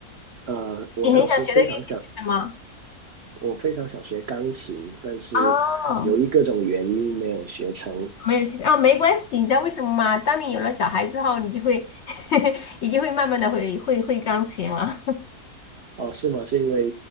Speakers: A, on the right; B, on the left.
A: 呃，我当时非常想，
B: 你很想学的乐器是什么？
A: 我非常想学钢琴，但是由于各种原因没有学成。
B: 哦，没有学哦，没关系。你知道为什么吗？当你有了小孩之后，你就会 <laughs> 你就会慢慢的会会会钢琴了。
A: 哦，是吗？是因为